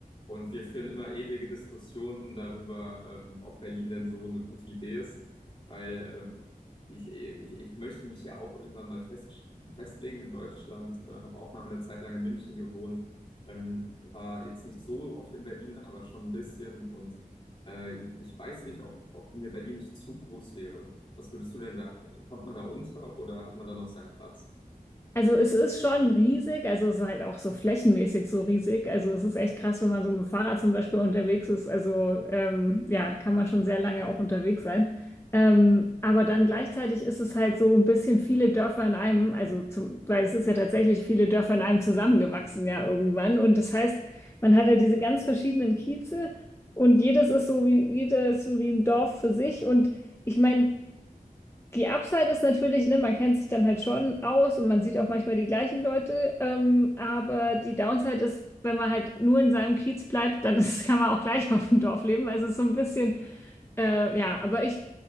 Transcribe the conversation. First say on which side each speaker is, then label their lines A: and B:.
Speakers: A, on the left; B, on the left.
A: Und wir führen immer ewige Diskussionen darüber, ähm, ob Berlin denn so eine gute Idee ist, weil ich, ich, ich möchte mich ja auch irgendwann mal fest, festlegen in Deutschland, äh, habe auch mal eine Zeit lang in München gewohnt, ähm, war jetzt nicht so oft in Berlin, aber schon ein bisschen und äh, ich weiß nicht, ob, ob mir Berlin nicht zu groß wäre. Was würdest du denn sagen? Kommt man da unter oder hat man da noch seinen Platz?
B: Also es ist schon riesig, also es ist halt auch so flächenmäßig so riesig. Also es ist echt krass, wenn man so mit dem Fahrrad zum Beispiel unterwegs ist. Also ähm, ja, kann man schon sehr lange auch unterwegs sein. Ähm, aber dann gleichzeitig ist es halt so ein bisschen viele Dörfer in einem, also zum, weil es ist ja tatsächlich viele Dörfer in einem zusammengewachsen ja irgendwann. Und das heißt, man hat ja diese ganz verschiedenen Kieze und jedes ist so wie, jedes so wie ein Dorf für sich. Und ich meine, die Upside ist natürlich, ne, man kennt sich dann halt schon aus und man sieht auch manchmal die gleichen Leute, ähm, aber die Downside ist, wenn man halt nur in seinem Kiez bleibt, dann ist, <laughs> kann man auch gleich auf dem Dorf leben. Also es ist so ein bisschen, äh, ja, aber ich,